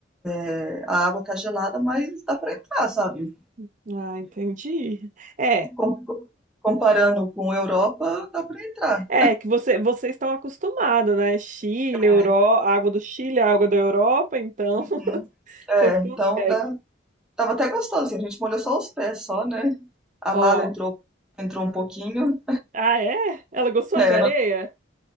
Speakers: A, in the centre; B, on the right.
A: é, a água tá gelada, mas dá pra entrar, sabe?
B: hein? Ah, entendi. É,
A: com- comparando com a Europa, dá pra entrar.
B: é que você, vocês estão acostumados, né? Chile, Euro...
A: É.
B: a água do Chile, a água da Europa, então
A: Uhum.
B: <laughs>
A: É,
B: vocês conseguem.
A: então tá, tava até gostosinho. A gente molhou só os pés, só, né? A
B: Ó,
A: Lala entrou, entrou um pouquinho.
B: ah, é? Ela gostou
A: É,
B: de areia?
A: ela,